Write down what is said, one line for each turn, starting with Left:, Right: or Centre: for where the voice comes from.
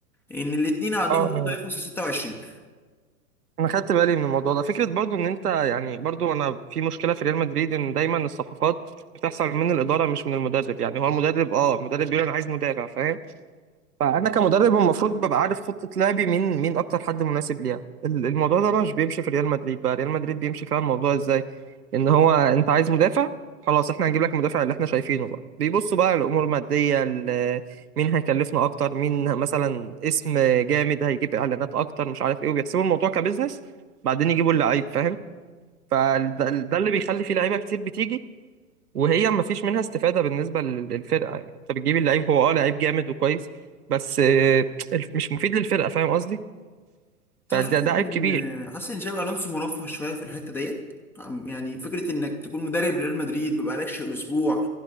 Centre: ان الاتنين عندهم
Right: اه
Centre: برضه
Right: انا
Centre: هيخلصوا 26
Right: أنا خدت بالي من الموضوع ده فكره برضو ان انت يعني برضو انا في مشكله في ريال مدريد ان دايما الصفقات بتحصل من الاداره مش من المدرب يعني هو المدرب اه المدرب بيقول انا عايز مدافع فاهم فانا كمدرب المفروض ببقى عارف خطه لعبي مين مين اكتر حد مناسب ليها ال- الموضوع ده بقى مش بيمشي في ريال مدريد بقى ريال مدريد بيمشي فيها الموضوع ازاي ان هو انت عايز مدافع خلاص احنا هنجيب لك المدافع اللي احنا شايفينه بقى بيبصوا بقى الامور الماديه ال- مين هيكلفنا اكتر مين مثلا اسم جامد هيجيب اعلانات اكتر مش عارف ايه وبيحسبوا الموضوع كبزنس بعدين يجيبوا اللعيب فاهم فده ده اللي بيخلي فيه لعيبه كتير بتيجي وهي ما فيش منها استفادة بالنسبة لل- للفرقة يعني انت بتجيب اللعيب هو اه لعيب جامد وكويس بس آه، الف- مش مفيد للفرقة فاهم قصدي؟
Centre: بس
Right: فده
Centre: انا حاسس
Right: ده عيب
Centre: ان
Right: كبير
Centre: حاسس ان شابي الونسو مرفه شويه في الحته ديت عم- يعني فكره انك تكون مدرب ريال مدريد ما بقالكش اسبوع